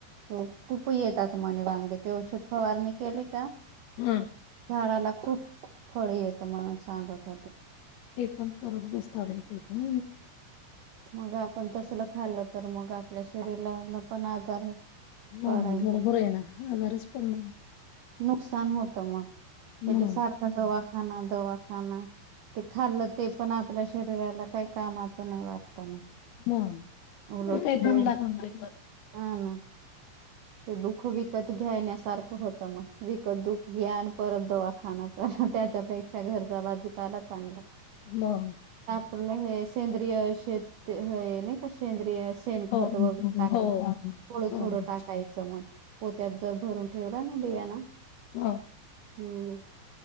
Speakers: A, on the right; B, on the left.
A: तो खूप येतात मने वांगे ते औषध पवारनी केले का
B: हम
A: झाडाला खूप खळी येत मण सांगत
B: एक पण करत बसतात होते प
A: मग आपण तसलं खाल्लं तर मग आपल्या शरीराला पण आजार आहे
B: मग
A: पाडाय
B: बरोबर आहे ना आजारीच पडणार
A: नुकसान होतं मग त्या
B: मग
A: सारखा दवाखाना खा ते खाल्लं ते पण आपल्या शरीराला काही कामाच नाही वाटत
B: मग
A: उलटते
B: ते काही गुण लागणार आहे
A: हा ना ते दुःख विकत घ्यायण्यासारखं होतं मग विकत दुख घ्या आणि परत दवाखाना कर त्याच्यापेक्षा घरच्या बाजीपाला चांगला
B: मग
A: आप हे सेंद्रिय शेत नाही का सेंद्रिय सेणखत
B: हो
A: वगैरे
B: हो
A: टाकलं
B: हो
A: थोडं
B: हो
A: थोडं टाकायचं पोत्यात जर भरून ठेवला ना बिया ना
B: हा
A: हम्म